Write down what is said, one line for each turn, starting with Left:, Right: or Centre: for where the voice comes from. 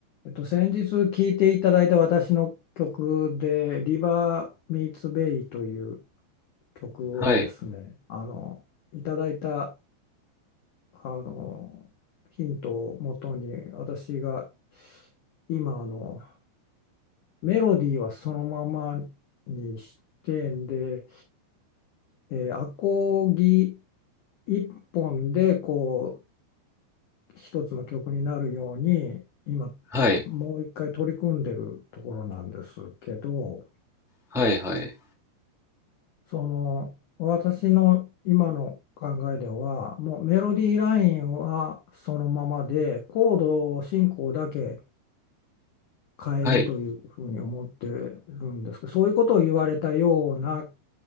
Left: えっと、先日聴いていただいた私の曲で「リバー・ミーツ・ベイ」という曲をですねあのいただいた
Centre: はい、
Left: あのヒントをもとに私が今あのメロディーはそのままにしてんで、えーアコギ一本でこう一つの曲になるように今
Centre: はい、
Left: もう一回取り組んでるところなんですけど。
Centre: はい、はい、
Left: その私の今の考えではもうメロディーラインはそのままでコード進行だけ変えるというふうに思ってるんですけどそういうことを言われたような
Centre: はい、